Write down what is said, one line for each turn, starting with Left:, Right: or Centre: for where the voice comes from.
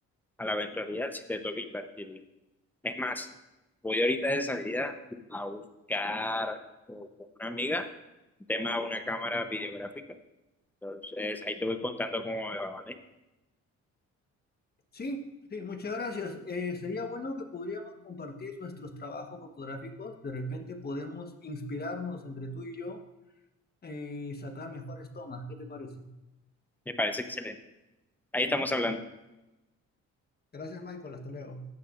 Centre: a la eventualidad si te toca invertirle. Es más, voy ahorita de salida a buscar con con una amiga un tema de una cámara videográfica. Entonces, ahí te voy contando cómo me va, ¿vale?
Left: Sí, sí, muchas gracias. Eh, sería bueno que podríamos compartir nuestros trabajos fotográficos. De repente podemos inspirarnos entre tú y yo eh, y sacar mejores tomas. ¿Qué te parece?
Centre: Me parece excelente. Ahí estamos hablando.
Left: Gracias, Michael. Hasta luego.